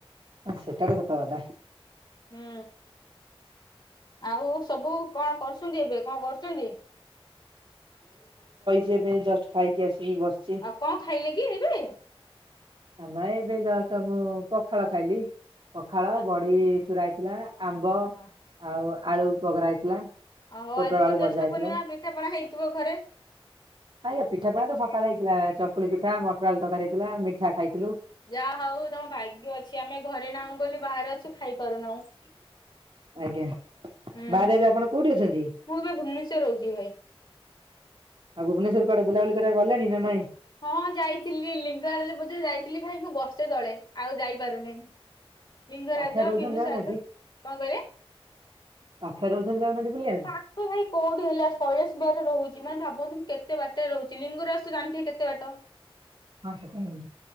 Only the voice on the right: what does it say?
ସେଟା ତ ସତ କଥା
ଜି ଏବେ ଜଷ୍ଟ ଖାଇକି ଆସିକି ବସିଚି।
ଆମେ ଏବେ ଜଷ୍ଟ୍ ମୁଁ ପଖାଳ ଖାଇଲି, ପଖାଳ
ବଡ଼ି ଚୁରା ହେଇଥିଲା। ଆମ୍ବ
ଆଉ ଆଳୁ ପଘରା ହେଇଥିଲା।
ପୋଟଳ
ଆଳୁ
ଭଜା ହେଇଥିଲା।
ଆଜ୍ଞା ପିଠା ପଣା ତ ସକାଳେ ହେଇଥିଲା, ଚକୁଳି ପିଠା ମଟରଆଳୁ ତରକାରି ହେଇଥିଲା ମିଠା ଖାଇଥିଲୁ।
ଆଜ୍ଞା
ବାହାରେ ଏବେ ଆପଣ କୋଉଠି ଅଛନ୍ତି?
ଆଉ ଭୁବନେଶ୍ୱରରେ କୁଆଡ଼େ ବୁଲାବୁଲି କରିବାକୁ ଗଲଣି ନା ନାଇଁ?
ପାଖରେ ରହୁଛନ୍ତି
ଯାଉନାହାନ୍ତି
ପାଖରେ ରହୁଛନ୍ତି ଯାଉନାହାନ୍ତି ବୁଲିବାକୁ?
ହଁ <unintelligible>